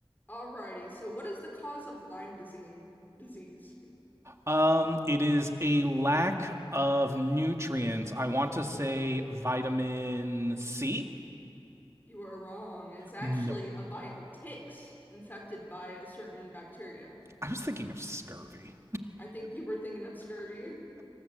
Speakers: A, on the left; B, on the right.
A: Alrighty, so what is the cause of Lyme disease? Disease.
B: Um, it is a lack of nutrients. I want to say vitamin C.
A: You are wrong. It's actually
B: No,
A: a bite of ticks infected by a certain bacteria.
B: I was thinking of scurvy.
A: I think you were thinking of scurvy.